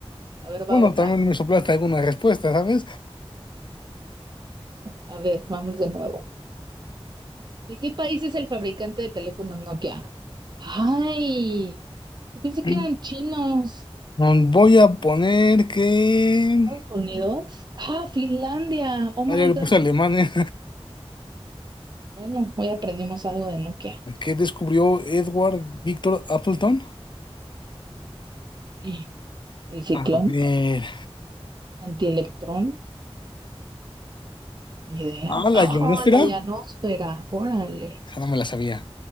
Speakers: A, on the right (about 45°); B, on the left (about 50°).
A: A ver,
B: Bueno,
A: va otra.
B: también me soplaste alguna respuesta, ¿sabes?
A: A ver, vamos de nuevo. ¿De qué país es el fabricante de teléfonos Nokia? Ay, yo pensé
B: Mm,
A: que eran chinos.
B: Mm, Voy a poner que...
A: Estados Unidos. Ah, Finlandia. Oh my
B: Ah, ya le
A: God.
B: puse Alemania.
A: Bueno, hoy aprendimos algo de Nokia.
B: <laughs> ¿Qué descubrió Edward Victor Appleton?
A: Y el ciclón,
B: A ver.
A: antielectrón, ni idea.
B: Ah, la
A: Oh,
B: ionosfera.
A: la llanosfera. Órale.
B: Esa no me la sabía.